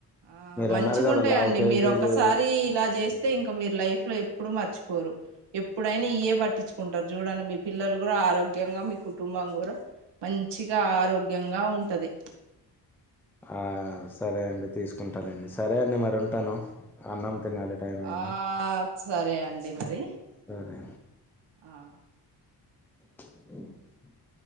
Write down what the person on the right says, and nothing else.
ఆ
మంచిగుంటయండి
మీరు ఒక్కసారి ఇలా చేస్తే
ఇంకా మీరు లైఫ్ లో ఎప్పుడు మర్చిపోరు ఎప్పుడైనా ఇయే పట్టించుకుంటరు చూడండి మీ పిల్లలు కూడా ఆరోగ్యంగా మీ కుటుంబం కూడా మంచిగా ఆరోగ్యంగా ఉంటది
ఆ సరే అండి మరి
ఆ